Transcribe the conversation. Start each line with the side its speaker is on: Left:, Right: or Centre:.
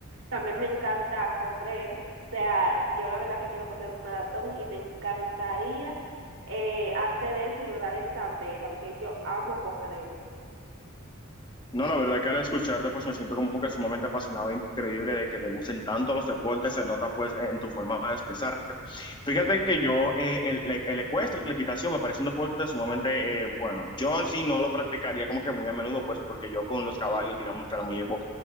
Right: también me encanta correr, o sea, yo la verdad que quiero correr un maratón y me encantaría eh, hacer eso y lograr esa meta, porque yo amo correr.
Left: No, la verdad que al escucharte, pues me siento como que sumamente apasionado e increíble de que te gusten tanto los deportes, se nota pues en tu forma de expresarte. Fíjate que yo, eh, el, el, el ecuestre, la equitación, me parece un deporte sumamente eh, bueno. Yo sí no lo practicaría como que muy a menudo, pues porque yo con los caballos, digamos que ahora me llevo